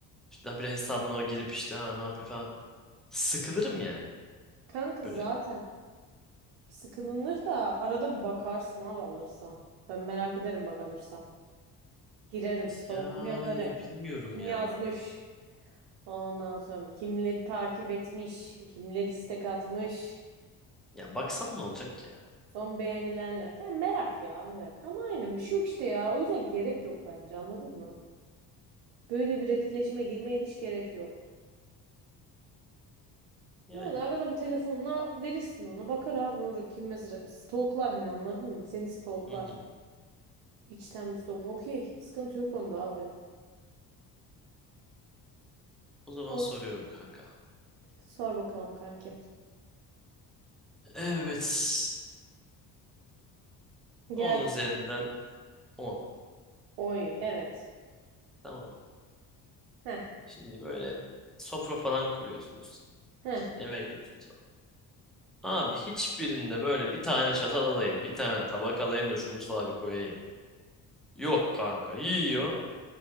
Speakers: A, in the centre; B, on the right (about 80°).
A: işte daha bir hesabına o girip işte ha ne yapıyor falan. Sıkılırım yani.
B: Kanka zaten
A: Böyle.
B: sıkılınır da arada bir bakarsın abi alırsan. Ben merak ederim bak alırsam. Girerim stalkumu
A: Yani
B: yaparım.
A: bilmiyorum
B: Kim
A: ya.
B: yazmış? Ondan sonra kimleri takip etmiş, kimler istek atmış,
A: Ya baksan ne olacak ya?
B: son beğenilenler. Ya merak ya merak. Ama aynen bir şey yok işte ya. O yüzden gerek yok bence anladın mı? Böyle bir etkileşime girmeye hiç gerek yok.
A: Yani.
B: Yani arada bir telefonla verirsin ona. Bakar abi ne olacak kim mesaj atmış. Stalklar hani anladın mı? Seni stalklar.
A: Hı hı.
B: İçten bir stalk. Okey. Sıkıntı yok onda abi.
A: O zaman
B: O-
A: soruyorum kanka.
B: Sor bakalım kankim.
A: Evet. 10
B: Gel.
A: üzerinden 10.
B: Oy evet.
A: Tamam mı?
B: Heh.
A: Şimdi böyle sofra falan kuruyorsunuz.
B: Heh.
A: İşte ne bekliyorsunuz falan. Abi hiçbirinde böyle bir tane çatal alayım, bir tane tabak alayım da şu mutfağa bir koyayım. Yok kanka. Yiyor.